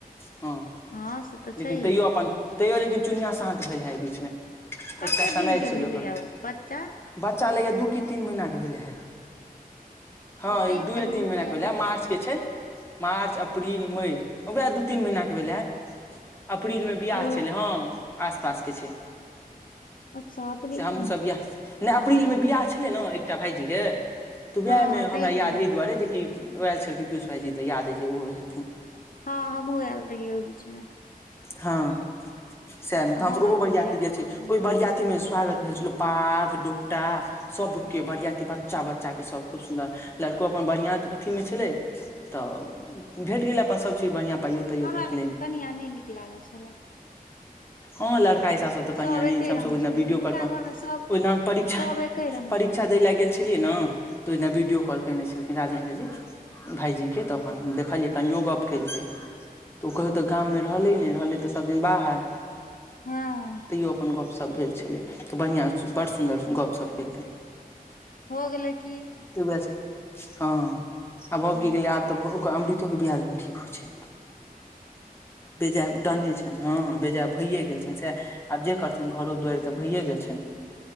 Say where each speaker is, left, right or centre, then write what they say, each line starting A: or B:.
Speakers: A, on the left (about 15°); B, on the left (about 65°).
A: हां
B: हँ से तऽ छैहे
A: लेकिन तैयो अपन तैयो लेकिन चुनिया शान्त भेले हय ए बीचमे। एकटा
B: कते
A: समय
B: दिन
A: छलै
B: के भेलै
A: ओकर
B: यै ओ बच्चा?
A: बच्चा लगै यै दू की तीन महिना के भेलै हे। हां
B: ओ तैयो
A: ई दूए
B: कनि
A: तीन
B: मोटेल
A: महिना के भेलै
B: नहि
A: हें, मार्च के छै। मार्च, अप्रील, मै वैह दूई-तीन महिना के भेलै हें। अप्रीलमे बियाह
B: ओ
A: छलै हां आस-पास के छै।
B: अच्छा। अप्रीले
A: से हम्हुं
B: मे
A: सब बियाह नै अप्रीलमे बियाह छेलै न एकटा भायजीे के तऽ
B: हँ
A: वैह मे
B: हँ तहि
A: हमरा
B: बेर
A: याद ए दुआरे जे कि ओ ऐल छलखिन पियूषा भाईजी जी तऽ याद ए जे उहो हे
B: हां हम्हुँ ऐल रहियै ओय बीच मे।
A: हां सैह मे तऽ
B: हँ
A: हम सब
B: बाबूजी
A: ओहो बरया
B: आयल रहियै तहन
A: बरयाती मे जे स्वागत भेल छलौ पाग, डोपटा सबके बरियाती बच्चा-बच्चा के सब खूब सुन्दर लड़को अपन बढ़िया अथी मे छलै तऽ भेट गेलै अपन सब चीज बढ़िया पाइयो ताइयो
B: हमरा
A: भेटलै
B: लेकिन कनिया नै नीक लागल छलै।
A: हां लड़का हिसाब से त कनिया
B: सब
A: नै
B: एके
A: निक छै हम
B: रंग
A: सब ओय दिना वीडियो
B: हुनका
A: कॉल पर
B: घर मे सब
A: ओहिना परीक्षा
B: सब एके रंग
A: परीक्षा
B: छनि
A: दै लय गेल छलियै न तऽ ओय दिना वीडियो कॉल केने छलखिन राजन भाईजी। भायजी के तऽ अपन हम देखलियै कनियो गप केलकै तऽ ओ कहियो तऽ गाममे रहलै नै, रहलै तऽ सब दिन बाहर
B: हँ
A: तईयौ अपन गप-शप भेल छलै तऽ बढ़िया सु बड सुन्दर गप-शप केलकै।
B: होअ गेलय की।
A: कि बुझाय छै हां आ भऽ
B: ह
A: की गेलै आब तऽ ब ओकर अमृतोके बियाह दान ठीक होय छै, बेजाय डने छैन, हां बेजाय भइए गेल छेन सैह आब जे करथून घरो-दुऐर तऽ भइए गेल छैन,